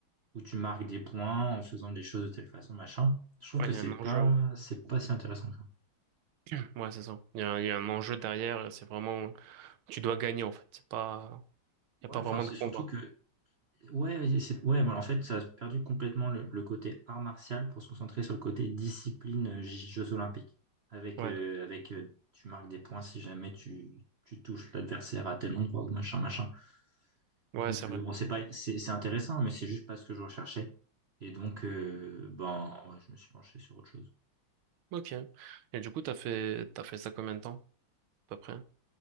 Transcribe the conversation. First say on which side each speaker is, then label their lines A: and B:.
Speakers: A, on the right; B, on the right.
A: où tu marques des points en faisant des choses de telle façon, machin. Je trouve
B: Ouais,
A: que
B: il
A: c'est
B: y a un enjeu,
A: pas,
B: ouais.
A: c'est pas si intéressant. que ça.
B: <clears throat> Ouais, c'est ça. Il y a, un- il y a un enjeu derrière, et c'est vraiment... Tu dois gagner, en fait. C'est pas... Il n'y a
A: Ouais,
B: pas
A: enfin,
B: vraiment
A: c'est
B: de combat.
A: surtout que Ouais, c'est, ouais, voilà, en fait, ça a perdu complètement le, le côté art martial pour se concentrer sur le côté discipline euh, J- Jeux Olympiques. Avec,
B: Ouais,
A: euh, avec euh, tu marques des points si jamais tu, tu touches l'adversaire à tel endroit ou machin, machin.
B: ouais,
A: Donc,
B: c'est
A: euh,
B: vrai.
A: bon, c'est pas, c'est, c'est intéressant, mais c'est juste pas ce que je recherchais. Et donc, euh, ben, ouais, je me suis penché sur autre chose.
B: Ok. Et du coup, t'as fait... t'as fait ça combien de temps, à peu près?